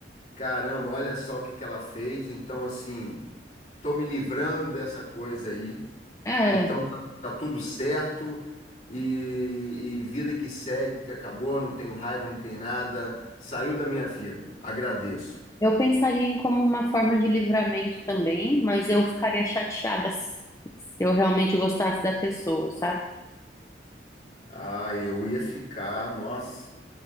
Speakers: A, on the left; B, on the left.
A: caramba, olha só o que que ela fez, então, assim, tô me livrando dessa coisa aí,
B: É,
A: então tá, tá tudo certo. E, e vida que segue, acabou, não tenho raiva, não tem nada, saiu da minha vida, agradeço.
B: eu pensaria em como uma forma de livramento também, mas eu ficaria chateada s- se eu realmente gostasse da pessoa, sabe?
A: Ah, eu ia ficar, nossa.